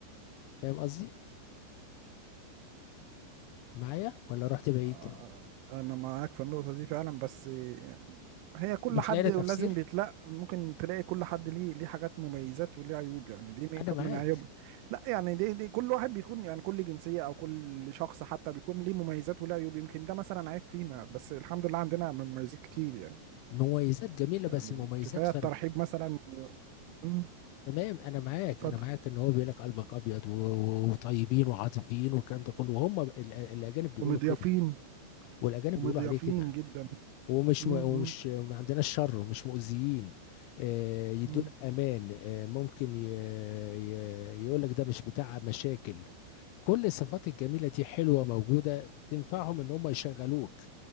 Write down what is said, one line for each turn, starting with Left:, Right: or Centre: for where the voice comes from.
Left: فاهم قصدي معايا ولا رحت بعيد
Right: آه، انا معاك في النقطة دي فعلا بس هي كل
Left: مش
Right: حد
Left: لاقي لها
Right: لازم
Left: تفسير
Right: بيتلاقي ممكن تلاقي كل حد ليه ليه حاجات مميزات وليه عيوب يعني دي من
Left: انا
Right: كم
Left: معاك
Right: من عيوبنا لا يعني دي دي كل واحد بيكون يعني كل جنسية او كل شخص حتى بيكون ليه مميزات وليه عيوب يمكن ده مثلا عيب فينا بس الحمد لله عندنا مميزات كتير يعني
Left: مميزات جميله
Right: يعني
Left: بس مميزات
Right: كفاية
Left: فرد
Right: الترحيب مثلا مم،
Left: تمام انا معاك
Right: اتفضل
Left: انا معاك ان هو بيقول لك قلبك ابيض و- و- وطيبين وعاطفيين والكلام ده كله وهم ال- ال- الاجانب بيقولوا
Right: ومضيافين
Left: كده والاجانب
Right: ومضيافين
Left: بيقولوا عليه كده
Right: جدا
Left: ومش
Right: مم،
Left: م... ومش
Right: مم،
Left: ما عندناش شر ومش مؤذيين آه، يدون
Right: مم،
Left: امان آه، ممكن ي... ي... يقول لك ده مش بتاع مشاكل كل الصفات الجميله دي حلوه موجوده تنفعهم ان هم يشغلوك